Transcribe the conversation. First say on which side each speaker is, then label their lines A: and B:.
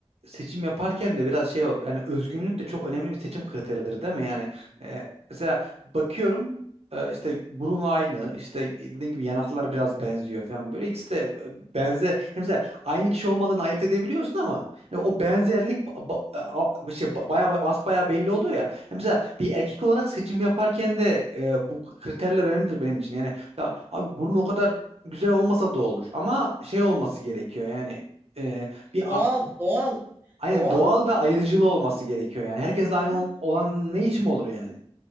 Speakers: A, on the right; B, on the right.
A: seçim yaparken de biraz şey ol- yani özgünlük de çok önemli bir seçim kriteridir değil mi? Yani e, mesela bakıyorum e, işte burun aynı işte dediğim gibi yanaklar biraz benziyor falan böyle ikisi de e, benze yani mesela aynı kişi olmadan ayırt edebiliyorsun ama yani o benzerlik ba ba- e, a- şey ba- bayağı basbayağı belli oluyor ya. Yani mesela bir erkek olarak seçim yaparken de e, bu kriterler önemlidir benim için. Yani ya, abi burun o kadar güzel olmasa da olur ama şey olması gerekiyor yani e, bir,
B: Doğal, doğal.
A: Aynen
B: Doğal
A: doğal
B: oluyor.
A: ve ayrıcılığı olması
B: <laughs>
A: gerekiyor yani. Herkesle aynı
B: Tabii
A: ol- olan
B: ki.
A: ne için olur yani?